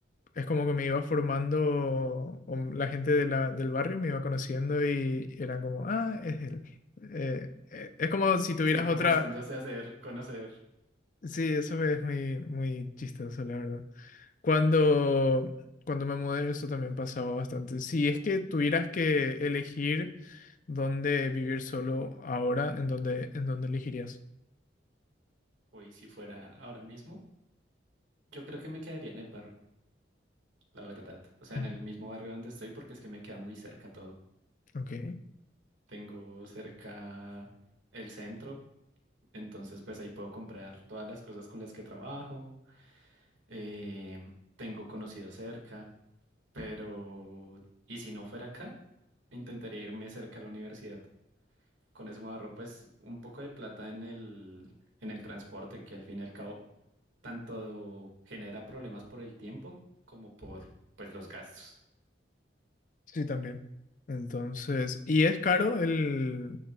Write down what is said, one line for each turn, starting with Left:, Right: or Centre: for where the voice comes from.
Left: es como que me iba formando, o la gente de la, del barrio me iba conociendo y eran como, ah, es él. Eh, eh, es como si tuvieras
Right: Sí, comenzándose
Left: otra...
Right: a hacer, conocer.
Left: Sí, eso es muy, muy chistoso, la verdad. Cuando, cuando me mudé, eso también pasaba bastante. Si es que tuvieras que elegir dónde vivir solo ahora, ¿en dónde, en dónde elegirías?
Right: Uy, si fuera ahora mismo, yo creo que me quedaría en el barrio, la verdad. O sea,
Left: Ujú,
Right: en el mismo barrio donde estoy porque es que me queda muy cerca todo.
Left: Ok.
Right: Tengo cerca el centro, entonces pues ahí puedo comprar todas las cosas con las que trabajo. eh, tengo conocidos cerca, pero... ¿Y si no fuera acá? Intentaría irme cerca a la universidad. Con eso me ahorro pues un poco de plata en el, en el transporte, que al fin y al cabo tanto genera problemas por el tiempo como por pues los gastos.
Left: Sí, también. Entonces, y es caro el,